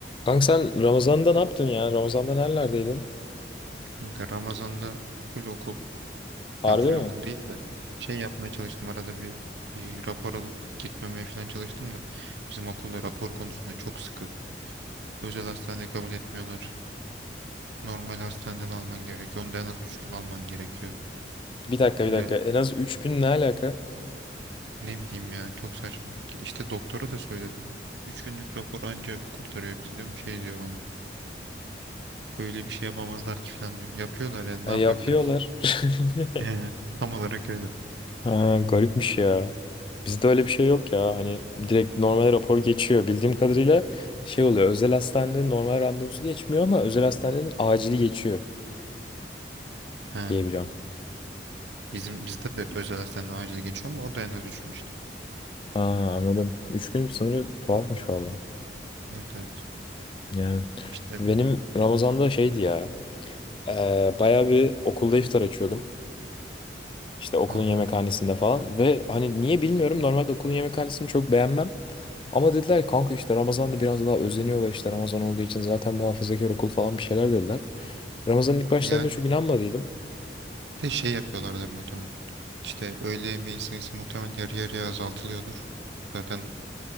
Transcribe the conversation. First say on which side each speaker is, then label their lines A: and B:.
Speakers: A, on the left (about 30°); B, on the right (about 80°).
A: Kanka sen Ramazan'da ne yaptın ya? Ramazan'da nerelerdeydin?
B: Kanka Ramazan'da full okul,
A: Harbi
B: ya full
A: mi?
B: okul değil de şey yapmaya çalıştım arada bir, bir rapor alıp gitmemeye falan çalıştım da bizim okulda rapor konusunda çok sıkı. Özel hastane kabul etmiyorlar. Normal hastaneden alman gerekiyor. Onu da en az 3 gün alman gerekiyor.
A: Bir dakika
B: Öyle
A: bir dakika. En az üç gün ne alaka?
B: ne bileyim ya çok saçma. İşte doktora da söyledim. 3 günlük rapor anca kurtarıyor biz diyorum. Şey diyor bana. Öyle bir şey yapamazlar ki falan diyor. Yapıyorlar ya ne
A: E,
B: yapabilirim?
A: yapıyorlar. <laughs>
B: <laughs> He, Tam olarak öyle.
A: Ha, garipmiş ya. Bizde öyle bir şey yok ya. Hani direkt normal rapor geçiyor. Bildiğim kadarıyla şey oluyor. Özel hastanede normal randevusu geçmiyor ama özel hastanenin acili geçiyor
B: He.
A: diye biliyorum.
B: Bizim bizde de özel hastaneden acil geçiyor ama o da en az üç gün işte.
A: Ha, anladım. 3 gün sınırı tuhafmış valla.
B: Evet evet.
A: Yani
B: İşte
A: benim Ramazan'da şeydi ya. E, bayağı bir okulda iftar açıyordum. İşte okulun
B: aha.
A: yemekhanesinde falan ve hani niye bilmiyorum normalde okulun yemekhanesini çok beğenmem. Ama dediler ki, kanka işte Ramazan'da biraz daha özeniyorlar işte Ramazan olduğu için zaten muhafazakar okul falan bir şeyler dediler. Ramazan'ın ilk başlarında
B: Yani
A: çok inanmadıydım.
B: bir de şey yapıyorlardır muhtemelen. İşte öğle yemeği sayısı muhtemelen yarı yarıya azaltılıyordur. Zaten